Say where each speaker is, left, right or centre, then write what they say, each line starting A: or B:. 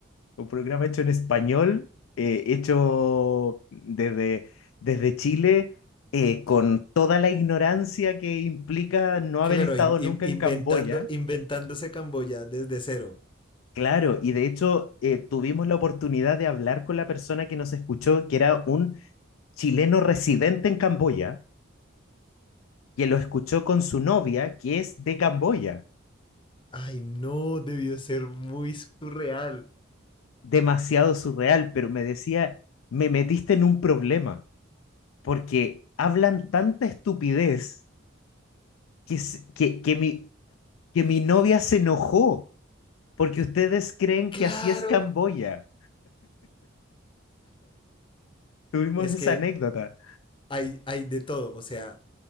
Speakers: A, on the left; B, on the left.
A: Un programa hecho en español, eh, hecho desde, desde Chile, eh, con toda la ignorancia que implica no
B: Claro,
A: haber estado
B: in-
A: nunca
B: in- inventando,
A: en Camboya.
B: inventándose Camboya desde cero.
A: Claro, y de hecho eh, tuvimos la oportunidad de hablar con la persona que nos escuchó, que era un chileno residente en Camboya, que lo escuchó con su novia, que es de Camboya.
B: Ay, no, debió ser muy surreal.
A: Demasiado surreal, pero me decía, me metiste en un problema, porque hablan tanta estupidez que, s- que, que mi, que mi novia se enojó porque ustedes creen
B: Claro,
A: que así es Camboya. Tuvimos
B: es
A: esa
B: que
A: anécdota.
B: hay, hay de todo, o sea,